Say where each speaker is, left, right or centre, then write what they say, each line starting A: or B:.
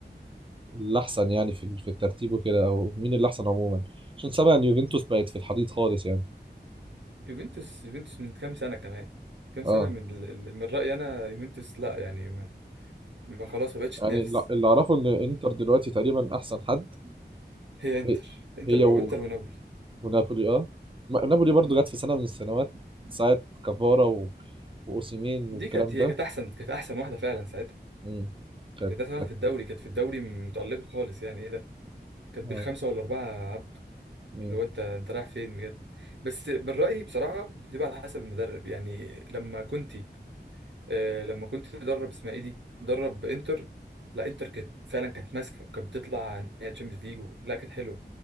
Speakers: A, on the right; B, on the right.
A: الاحسن يعني في ال- في الترتيب وكده او مين الاحسن عموما عشان سامع ان يوفنتوس بقت في الحضيض خالص يعني
B: يوفنتوس يوفنتوس من كام سنه كمان كام
A: اه
B: سنه من ال- ال- من رايي انا يوفنتوس لا يعني ما خلاص ما بقتش تنافس
A: يعني الل- اللي اعرفه ان انتر دلوقتي تقريبا احسن حد
B: هي انتر
A: هي
B: انتر
A: هي
B: بقى
A: و-
B: انتر ونابولي
A: ونابولي اه ما- نابولي برضو
B: مم.
A: جت في سنه من السنوات ساعه كافارا و... واوسيمين
B: دي
A: والكلام
B: كانت هي
A: ده
B: كانت احسن كانت احسن واحده فعلا ساعتها
A: امم كانت
B: كانت احسن واحده
A: كانت
B: في الدوري كانت في الدوري متالقه خالص يعني ايه ده كانت بالخمسه
A: اه
B: والاربعه عبده
A: مم.
B: اللي هو انت انت رايح فين بجد بس من رايي بصراحه بتبقى على حسب المدرب يعني لما كنتي آه، لما كنت مدرب اسمها ايه دي مدرب انتر لا انتر كانت فعلا كانت ماسكه وكانت بتطلع نهائي تشامبيونز ليج و- لا كانت حلوه